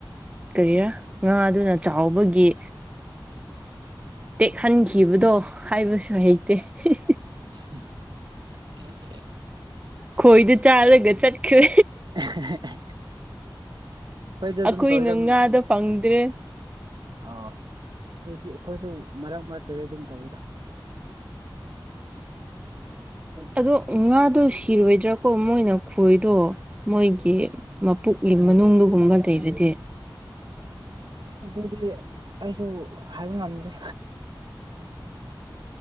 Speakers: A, on the right (about 15°); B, on the right (about 60°).
A: ꯀꯔꯤꯔꯥ ꯉꯥ ꯑꯢꯗꯨꯅ ꯆꯥꯎꯕꯒꯤ ꯇꯦꯛꯍꯟꯈꯤꯕꯗꯣ ꯍꯥꯏꯕꯁꯨ ꯍꯩꯇꯦ ꯍꯤ
B: ꯎꯝ
A: ꯈꯣꯏꯗꯨ ꯆꯥꯔꯒ ꯆꯠꯈ꯭ꯔꯦ
B: <inaudible> ꯈꯣꯏꯗ
A: ꯑꯩꯈꯣꯏꯅ
B: ꯑꯗꯨꯝ ꯇꯧꯋꯤꯗꯝꯃꯝ
A: ꯉꯥꯗꯣ ꯐꯪꯗ꯭ꯔꯦ
B: ꯑꯥ ꯗꯨꯏꯗꯤ ꯑꯈꯣꯏꯁꯨ ꯃꯔꯛ ꯃꯔꯛ ꯀꯩꯗ ꯑꯗꯨꯝ ꯇꯧꯋꯤꯗ
A: ꯑꯗꯣ ꯉꯥꯗꯣ ꯁꯤꯔꯣꯏꯗ꯭ꯔꯥꯀꯣ ꯃꯣꯏꯅ ꯈꯣꯏꯗꯣ ꯃꯣꯏꯒꯤ ꯃꯄꯨꯛꯂꯤ ꯃꯅꯨꯡꯗꯨꯒꯨꯝꯕ ꯂꯩꯔꯗꯦ
B: ꯑꯗꯨꯗꯤ ꯑꯩꯁꯨ ꯍꯥꯏꯕ ꯉꯝꯗ꯭ꯔꯦ